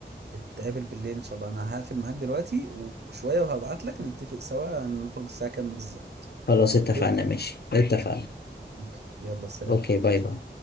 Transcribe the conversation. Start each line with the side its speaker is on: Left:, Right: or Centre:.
Right: نتقابل بالليل ان شاء الله انا هقفل معاك دلوقتي وشوية وهبعت لك نتفق سوا نخرج الساعة كام بالظبط
Left: خلاص اتفقنا
Right: اوكي
Left: ماشي اتفقنا
Right: اوكي يلا سلام
Left: اوكي باي باي